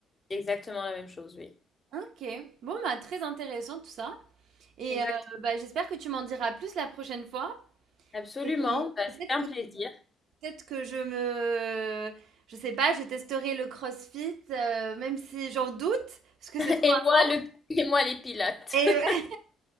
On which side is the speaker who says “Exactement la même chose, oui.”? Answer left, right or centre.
Left